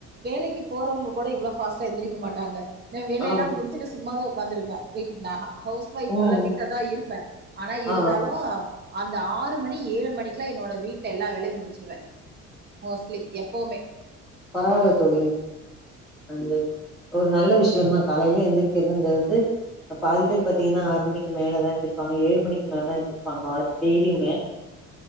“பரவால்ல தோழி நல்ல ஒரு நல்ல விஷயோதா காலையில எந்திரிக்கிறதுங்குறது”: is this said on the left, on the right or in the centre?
Centre